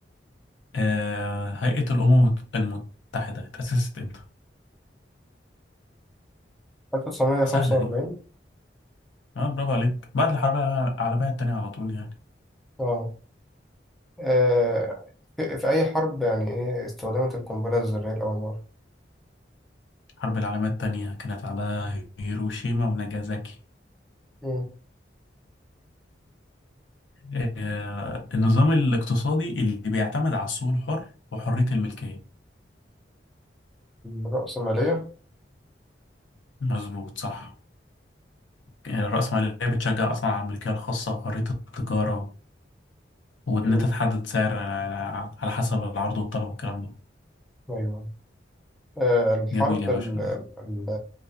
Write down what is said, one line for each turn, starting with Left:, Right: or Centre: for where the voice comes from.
Left: آه هيئة الأمم المتحدة اتأسست إمتى؟
Centre: 1945
Left: سهلة دي اه برافو عليك بعد الحرب العالمية التانية على طول يعني
Centre: آه آه، في في أي حرب يعني إيه استخدمت القنبلة الذرية لأول مرة
Left: الحرب العالمية التانية كانت على هيروشيما وناجازاكي
Centre: مم.
Left: آه النظام الاقتصادي اللي بيعتمد على السوق الحر وحرية الملكية
Centre: الرأسمالية
Left: مظبوط صح الرأسمالية بتشجع أصلا على الملكية الخاصة وحرية التجارة وإن
Centre: مم.
Left: أنت تحدد سعر على على حسب العرض والطلب والكلام ده
Centre: أيوه آه، الحرب
Left: جميل يا
Centre: ال...
Left: باشا دول
Centre: ال...